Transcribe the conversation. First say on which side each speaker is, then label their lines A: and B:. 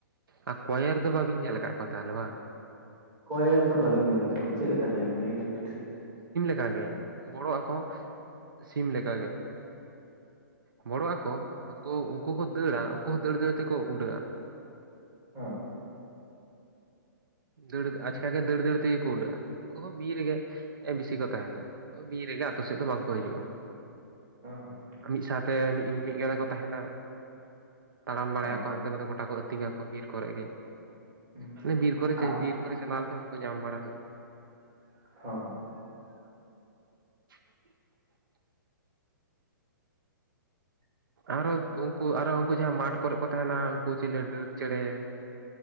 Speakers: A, on the right (about 75°); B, on the right (about 20°).
A: ᱟᱨ ᱠᱚᱭᱮᱨ ᱫᱚ ᱵᱟᱹᱵᱤᱱ ᱧᱮᱞ ᱟᱠᱟᱫ ᱠᱚᱣᱟ ᱛᱟᱦᱚᱞᱮ ᱵᱟᱝ?
B: ᱠᱚᱭᱮᱨ ᱫᱚ ᱵᱟᱹᱞᱤᱧ ᱧᱮᱞ ᱟᱠᱟᱫ ᱠᱚᱣᱟ ᱪᱮᱫ ᱞᱮᱠᱟᱱ ᱜᱮᱭᱟ ᱠᱚ ᱞᱟᱹᱭ ᱧᱚᱜ ᱵᱤᱱ ᱥᱮᱼᱼ
A: ᱚᱱᱠᱟᱜᱮ, ᱵᱚᱲᱚᱜ ᱟᱠᱚ ᱥᱤᱢ ᱞᱮ ᱞᱮᱠᱟ ᱜᱮ᱾ ᱵᱚᱲᱚᱜ ᱟᱠᱚ ᱩᱱᱠᱩ, ᱩᱱᱠᱩ ᱠᱚ ᱫᱟᱹᱲᱟ, ᱩᱱᱠᱩ ᱦᱚᱸ ᱫᱟᱹᱲ ᱫᱟᱹᱲ ᱛᱮᱠᱚ ᱩᱰᱟᱹᱜᱼᱟ᱾
B: ᱦᱮᱸ᱾
A: ᱫᱟᱹᱲ
B: ᱦᱚᱸ
A: ᱟᱪᱠᱟ ᱜᱮ ᱫᱟᱹᱲᱼ ᱫᱟᱹᱲ ᱛᱮᱜᱮ ᱠᱚ ᱩᱰᱟᱹᱜᱼᱟ, ᱩᱱᱠᱩ ᱦᱚᱸ ᱵᱤᱨ ᱨᱮᱜᱮ ᱵᱮᱥᱤ ᱠᱚ ᱛᱟᱦᱮᱱᱟ᱾ ᱵᱤᱨ ᱨᱮᱜᱮ ᱟᱛᱳ ᱥᱮᱫ ᱫᱚ ᱵᱟᱝᱠᱚ ᱦᱤᱡᱩᱜᱼᱟ᱾
B: ᱚᱦ᱾
A: ᱟᱨ ᱢᱤᱫ ᱥᱟᱶᱛᱮ ᱢᱤᱫ ᱜᱟᱫᱟ ᱠᱚ ᱛᱟᱦᱮᱱᱟ, ᱛᱟᱲᱟᱢ ᱵᱟᱲᱟᱭᱟᱠᱚ
B: ᱦᱳᱭ
A: ᱦᱟᱱᱛᱮ ᱱᱟᱛᱮ ᱜᱚᱴᱟ ᱠᱚ ᱟᱹᱛᱤᱧᱟ ᱾ ᱵᱤᱨ ᱠᱚᱨᱮ ᱜᱮ,
B: ᱦᱩᱸ
A: ᱢᱟᱱᱮ ᱵᱤᱨ ᱠᱚᱨᱮ ᱪᱮ
B: ᱟᱨ
A: ᱵᱤᱨ ᱠᱚᱨᱮ ᱪᱟᱞᱟᱣ ᱞᱮᱠᱷᱟᱱ ᱩᱱᱠᱩ ᱧᱟᱢ ᱵᱟᱲᱟ ᱦᱩᱭᱩᱜᱼᱟ᱾
B: ᱦᱳᱭ᱾
A: <unintelligible>
B: <unintelligible>
A: ᱟᱨᱚ ᱩᱱᱠᱩ ᱟᱨᱚ ᱩᱱᱠᱩ ᱡᱟᱦᱟᱸᱭ ᱢᱟᱴᱷ ᱠᱚᱨᱮ ᱠᱚ ᱛᱟᱦᱮᱱᱟ ᱩᱱᱠᱩ ᱪᱤᱞᱤ ᱰᱟᱹᱠ ᱪᱮᱬᱮᱼᱼ